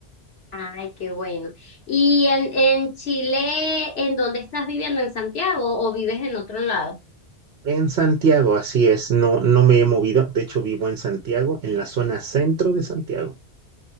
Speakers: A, on the left; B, on the right.
A: Ay, qué bueno. ¿Y en, en Chile, en dónde estás viviendo? ¿En Santiago o vives en otro lado?
B: En Santiago, así es, no, no me he movido, de hecho vivo en Santiago, en la zona centro de Santiago.